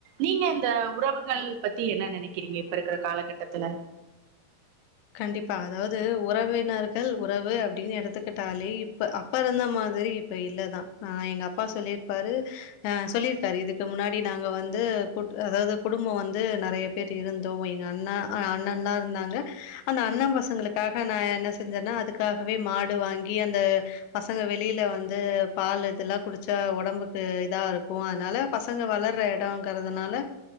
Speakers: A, on the right; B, on the left.
A: நீங்க இந்த உறவுகள் பத்தி என்ன நெனக்கிறீங்க இப்பருக்குற காலகட்டத்துல
B: கண்டிப்பா அதாவது உறவினர்கள் உறவு அப்டின்னு எடுத்துக்கிட்டாலே இப்ப அப்பருந்த மாதிரி இப்ப இல்ல தா எங்க அப்பா சொல்ருப்பாரு ஆ சொல்லியிருக்காரு இதுக்கு முன்னாடி நாங்க வந்து கு அதாவது குடும்ப வந்து நெறைய பேர் இருந்தோ எங்கண்ணா ஆ அண்ணன் தா இருந்தாங்க அந்த அண்ண பசங்களுக்காக நா என்ன செஞ்சென்னா அதுக்காகவே மாடு வாங்கி அந்த பசங்க வெளில வந்து பால் இதெல்லா குடிச்சா ஒடம்புக்கு இதா இருக்கும் அதனால பசங்க வளர்ற இடங்குறதுனால